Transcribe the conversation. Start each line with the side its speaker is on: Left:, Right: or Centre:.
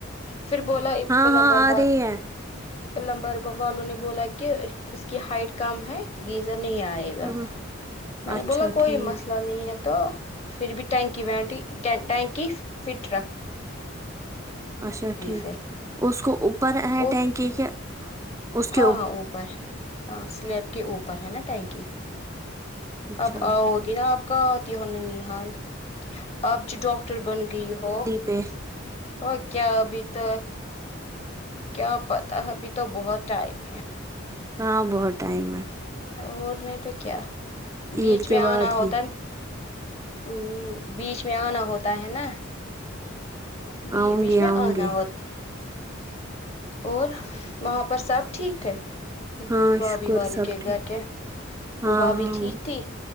Left: پھر بولا ایک
Right: ہاں
Left: پلمبر
Right: ہاں آ
Left: وال
Right: رہی ہے
Left: پلمبر بو والوں نے بولا کہ اس کی ہائٹ کم ہے گیزر نہیں آ رہا گا
Right: ہوں
Left: میں نے
Right: اچھا
Left: بولا کوئی
Right: ٹھیک
Left: مسئلہ نہیں ہے تو پھر بھی ٹینکی بینٹی ٹینکی فٹ رکھ
Right: اچھا ٹھیک
Left: پھر
Right: اس کو اوپر ہے
Left: وہ
Right: ٹینکی کے اس کے
Left: ہاں ہاں اوپر ہاں سلیب کے اوپر ہے نا ٹینکی
Right: اچھا
Left: اب آؤگی نا آپ کا آتی ہونا نانی حال آبچی ڈاکٹر بن گئی ہو
Right: بیر
Left: اور کیا ابھی تو کیا پتہ ابھی تو بہت ٹائم ہے
Right: ہاں بہت ٹائم ہے
Left: اور نہیں تو کیا بیچ
Right: عید کے
Left: میں آنا
Right: بعد
Left: ہوتن
Right: ہی
Left: ہمم بیچ میں آنا ہوتا ہے نا بیچ
Right: آؤں
Left: بیچ
Right: گی
Left: میں
Right: آؤں
Left: آنا
Right: گی
Left: ہوتے ہیں اور وہاں پر سب ٹھیک ہے
Right: ہاں
Left: بھابھی
Right: شکر
Left: والے
Right: سب
Left: کے
Right: ٹھیک
Left: گھر کے
Right: ہاں
Left: وہ بھابھی
Right: ہاں
Left: ٹھیک تھی